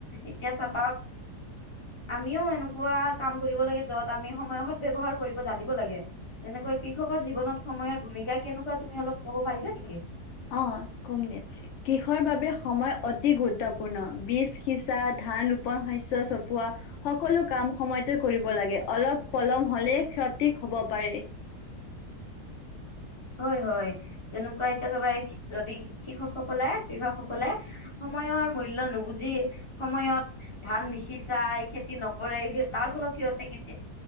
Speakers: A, on the left; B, on the left.
A: এতিয়া চাবা আমিও এনেকুৱা কাম কৰিব লাগে য'ত আমি সময়ৰ সদ ব্যৱহাৰ কৰিব জানিব লাগে। তেনেকৈ কৃষকৰ জীৱনত সময়ৰ ভূমিকা কেনেকুৱা? তুমি অলপ ক'ব পাৰিবা নেকি?
B: অ, কম দিয়া। কৃষৰ বাবে সময় অতি গুৰুত্বপূৰ্ণ, বীজ সিঁচা, ধান ৰোপন, শস্য চপোৱা সকলো কাম সময়তে কৰিব লাগে। অলপ পলম হ'লে ক্ষতি হ'ব পাৰে।
A: হয়, হয়, যেনেকুৱা এতিয়া চাবা, যদি কৃষকসকলে কৃষকসকলে সময়ৰ মূল্য নুবুজি, সময়ত ধান নিসিঁচাই, খেতি নকৰে ই ফলত সিহঁতে খেতি